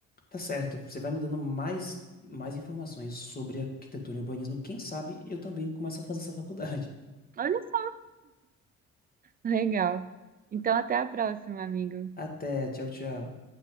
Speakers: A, on the left; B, on the right.
A: Tá certo, você vai me dando mais, mais informações sobre arquitetura e urbanismo. Quem sabe eu também começo a fazer essa faculdade.
B: Olha só. Legal. Então, até a próxima, amigo.
A: <laughs> Até, tchau, tchau.